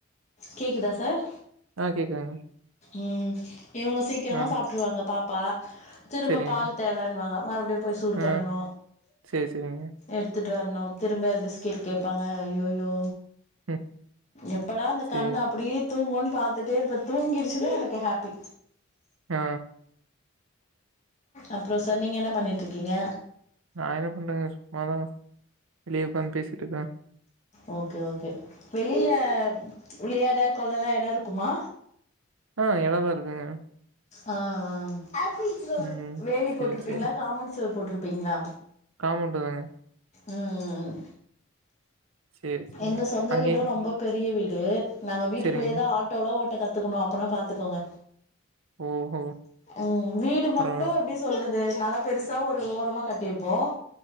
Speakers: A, on the left; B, on the right.
A: கேக்குதா சார்
B: ஆஹ் கேக்குதுங்க
A: உம் இவுங்க சீக்கிரமா
B: ஆ
A: சாப்ட்ருவாங்க. பா ப திரும்ப
B: செரிங்க
A: பால் தேவன்னுவாங்க. மறுபடியும் போய் சூடு
B: ஆ
A: பண்ணணு
B: சேரி செரிங்க
A: எடுத்துட் ட்டு வரணு. திரும்ப பிஸ்கேட் கேட்பாங்க. ஐயோயோ
B: ம்
A: எப்படா அந்த
B: சேரி
A: கண்ணு அப்டீ தூங்கூன்னு பாத்துட்டே இருப்பே தூங்கிர்ச் <inaudible> எனக்கு ஹாப்பி.
B: ஆ
A: அப்றோ சார், நீங்க என்ன பண்ணீட்ருக்கீங்க?
B: நா என்னங்க பண்றே சும்மாதா வெளிய உட்காந்து பேசிட்டு இருக்கறே
A: ஓக்கே ஓக்கே வெளில விளையாட கொள்ளலா எடோ இருக்குமா?
B: ஆஹ் எடலாம் இருக்குங்க.
A: ஆஹ் ஆஹ்
B: ம்
A: வேலி
B: சேரி
A: போட்ருப்பீங்களா?
B: சேரி
A: காம்பண்ட் செவு போட்ருப்பீங்ளா?
B: காம்பவுண்டுதாங்க
A: உம் ம் ம்
B: சேரி சேரிங்க
A: எங்க சொந்த
B: அங்கேயு
A: வீடு ரொம்ப பெரிய வீடு டூ நாங்க வீட்டுக்குள்ளயேதா
B: செரிங்க
A: ஆட்டோலா ஓட் த கத்துக்குணு. அப்பனா பாத்துக்கோங்க
B: ஓஹோ.
A: உஹம் வீடு
B: பரவால்ல
A: மட்டும் எப்டி சொல்றது. அது நல்லா பெருசா ஒரு ஓரமா கட்டியிருப்போம்.